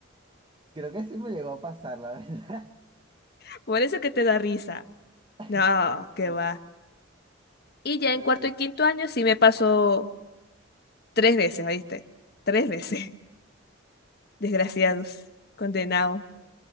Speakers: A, on the right; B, on the left.
A: Creo que sí me llegó a pasar, la verdad.
B: <laughs> Por eso que te da risa.
A: <laughs>
B: No, qué
A: Pero,
B: va. Y ya
A: pero,
B: en cuarto y
A: sí.
B: quinto año sí me pasó tres veces, ¿oíste? Tres veces. Desgraciados, condenados.